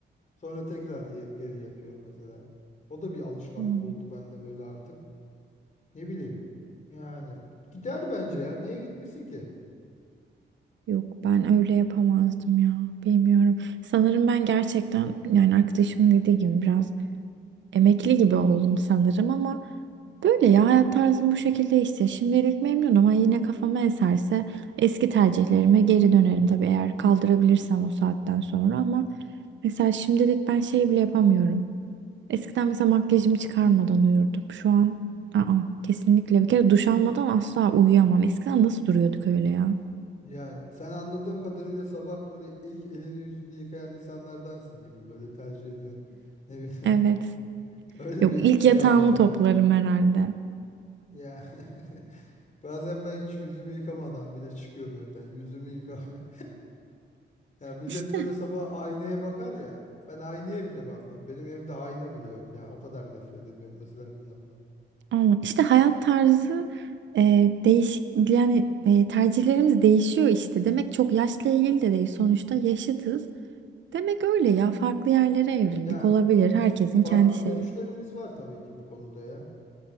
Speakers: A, on the left; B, on the right.
A: Sonra tekrar ye- geri yatıyorum mesela. O da bir alışkanlık
B: Hmm.
A: oldu bende böyle artık. Ne bileyim. Yani gider bence ya. Niye gitmesin ki?
B: Yok ben öyle yapamazdım ya. Bilmiyorum. Sanırım ben gerçekten yani arkadaşımın dediği gibi biraz emekli gibi oldum sanırım ama böyle ya hayat tarzım bu şekilde işte. Şimdilik memnunum ama yine kafama eserse eski tercihlerime geri dönerim tabii eğer kaldırabilirsem o saatten sonra ama mesela şimdilik ben şey bile yapamıyorum. Eskiden mesela makyajımı çıkarmadan uyurdum. Şu an aa kesinlikle bir kere duş almadan asla uyuyamam. Eskiden nasıl duruyorduk öyle ya?
A: Yani sen anladığım kadarıyla sabah böyle ilk elini yüzünü yıkayan insanlardansın gibi böyle tercih ediyorsun. Ne bileyim. <laughs>
B: Evet.
A: Öyle
B: Yok
A: bir
B: ilk
A: şey
B: yatağımı
A: aldım sen.
B: toplarım herhalde.
A: Ya <laughs> bazen ben hiç yüzümü yıkamadan bile çıkıyorum evden. Yüzümü yıkama. <laughs> Ya millet
B: İşte
A: böyle sabah aynaya bakar ya. Ben aynaya bile bakmıyorum. Benim evde ayna bile yok ya. O kadar nefret ediyorum mesela bundan.
B: ama işte hayat tarzı e, değiş yani e, tercihlerimiz değişiyor işte. Demek çok yaşla ilgili de değil sonuçta yaşıtız. Demek öyle ya farklı yerlere evrildik
A: Ya
B: olabilir
A: f-
B: herkesin
A: farklı
B: kendi şeyi.
A: görüşlerimiz var tabii ki bu konuda ya.